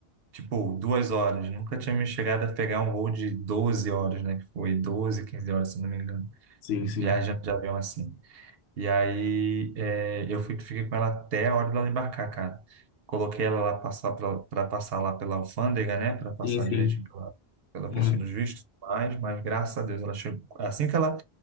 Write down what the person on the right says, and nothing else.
tipo, duas horas. Nunca tinha me chegado a pegar um voo de 12 horas, né? Que foi 12, 15 horas, se não me engano,
viajando
de avião assim. E aí é, eu fui, fiquei com ela até a hora dela embarcar, cara. Coloquei ela lá passar para passar lá pela alfândega, né? Para passar
direito pela, pela
questão dos vistos, mas, mas graças a Deus ela chegou. Assim que ela,